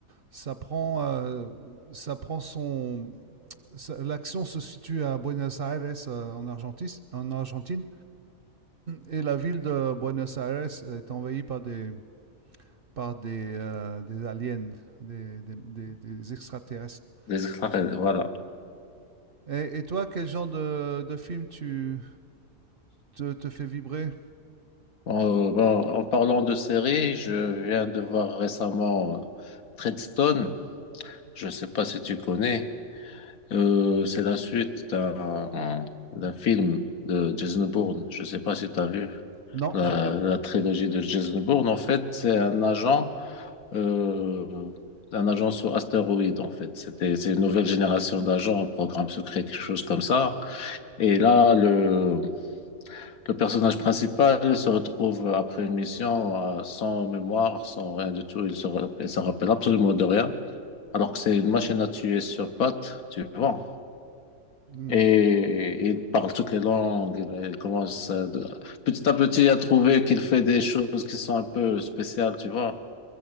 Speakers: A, on the right; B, on the left.
A: ça prend, euh, ça prend son. L'action se situe à Buenos Aires, euh, en, Argentis- en Argentine, et la ville de Buenos Aires est envahie par des, par des, euh, des aliens, des, des, des- des extraterrestres.
B: les extraterrestres, voilà.
A: Et, et toi, quel genre de, de film tu te, te fait vibrer?
B: Euh, bon, en parlant de séries, je viens de voir récemment euh, Treadstone. Je ne sais pas si tu connais. Euh, c'est la suite d'un d'un film de Jason Bourne. Je ne sais pas si tu as vu
A: Non,
B: la,
A: j'ai pas.
B: la trilogie de Jason Bourne. En fait, c'est un agent, euh, un agent sous astéroïde. En fait, c'était c'est une nouvelle génération d'agents, un programme secret, quelque chose comme ça. Et là, le le personnage principal se retrouve après une mission euh, sans mémoire, sans rien du tout. Il se, ra- il se rappelle absolument de rien. Alors que c'est une machine à tuer sur pattes, tu vois.
A: Hmm.
B: Et il parle toutes les langues. Il il commence euh, de- petit à petit à trouver qu'il fait des choses qui sont un peu spéciales, tu vois.